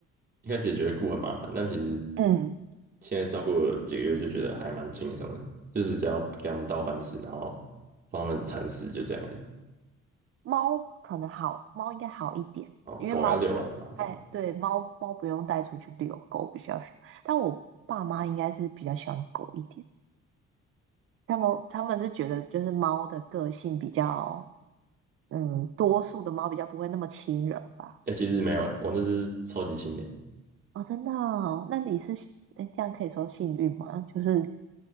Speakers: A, on the right; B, on the right.
A: 一开始也觉得顾很麻烦，但其实
B: <laughs> 嗯，
A: 现在照顾了几个月就觉得还蛮轻松的，就是只要给他们倒饭吃，然后帮他们铲屎，就这样而已。
B: 猫可能好，猫应该好一点，
A: 哦，
B: 因为猫，
A: 狗要遛了，麻烦。
B: 哎，对，猫猫不用带出去遛，狗比较少。但我爸妈应该是比较喜欢狗一点，他们他们是觉得就是猫的个性比较，嗯，多数的猫比较不会那么亲人吧。
A: 哎、其实没有哎、我那只超级轻的，
B: 哦，真的哦，那你是诶这样可以说幸运吗？就是